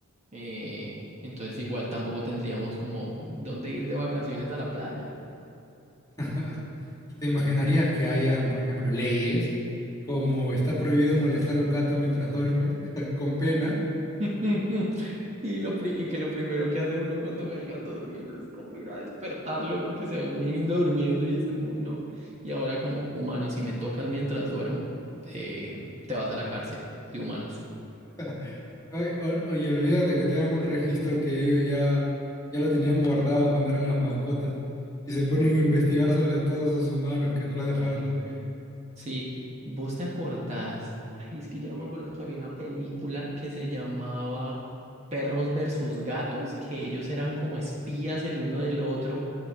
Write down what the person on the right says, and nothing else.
Eh, entonces igual tampoco tendríamos como dónde ir de vacaciones a la playa.
<laughs> Y, lo pri- y que lo primero que hace uno cuando ve al gato durmiendo es como ir a despertarlo porque se ve muy lindo durmiendo y es como, no. Y ahora como humano, si me tocas mientras duermo, eh, te vas a la cárcel de humanos.
Ay,
Sí, vos te acordás, ay, es que yo no me acuerdo que había una película que se llamaba Perros versus Gatos, que ellos eran como espías el uno del otro